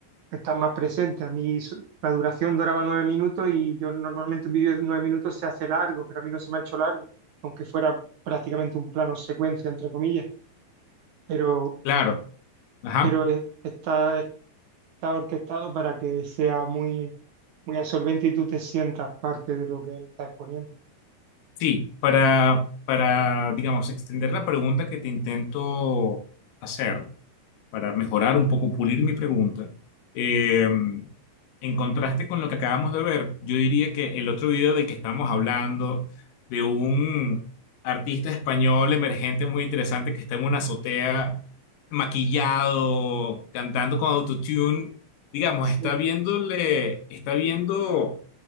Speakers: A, on the right; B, on the left.
A: estar más presente. A mí su- la duración duraba nueve minutos y yo normalmente un vídeo de nueve minutos se hace largo, pero a mí no se me ha hecho largo, aunque fuera prácticamente un plano secuencia, entre comillas. Pero
B: Claro, ajá.
A: pero es- está, está orquestado para que sea muy, muy absorbente y tú te sientas parte de lo que él está exponiendo.
B: Sí, para, para, digamos, extender la pregunta que te intento hacer. para mejorar un poco, pulir mi pregunta, eh, en contraste con lo que acabamos de ver, yo diría que el otro video del que estamos hablando, de un artista español emergente muy interesante que está en una azotea maquillado, cantando con autotune, digamos,
A: Sí.
B: está viéndole, está viendo